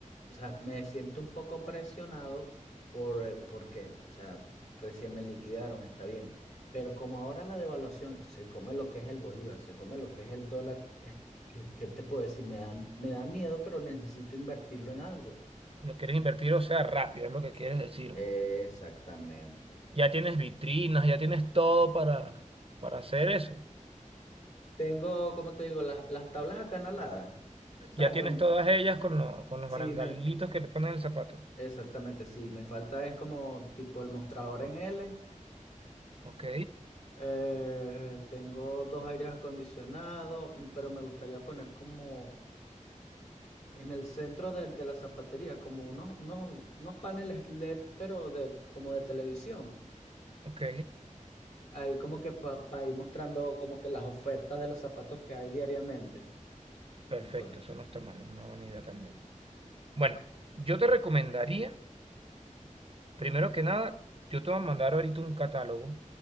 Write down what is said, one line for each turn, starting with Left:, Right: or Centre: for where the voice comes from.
Left: o sea, me siento un poco presionado por, eh, porque, o sea, recién me liquidaron, está bien. Pero como ahora la devaluación se come lo que es el bolívar, se come lo que es el dólar, es que- ¿qué, te puedo decir? Me da, me da miedo, pero necesito invertirlo en algo.
Right: No quieres invertir, o sea, rápido, es lo que quieres decirme.
Left: Exactamente.
Right: Ya tienes vitrinas, ya tienes todo para, para hacer eso.
Left: Tengo, como te digo, las, las tablas acanaladas. ¿Sabes?
Right: Ya tienes
Left: Don-
Right: todas ellas con, lo- con los
Left: si
Right: barandalitos
Left: me,
Right: que le ponen el zapato.
Left: Exactamente, sí, me falta es como tipo el mostrador en L.
Right: Ok.
Left: eh, tengo dos aires acondicionados, mm, pero me gustaría poner como en el centro del- de, la zapatería, como unos, unos, unos paneles LED, pero de, como de televisión.
Right: Ok,
Left: Ahí como que para ir mostrando como que las ofertas de los zapatos que hay diariamente.
Right: perfecto,
Left: Entonces,
Right: eso no está mal, es una buena idea también. Bueno, yo te recomendaría, primero que nada, yo te voy a mandar ahorita un catálogo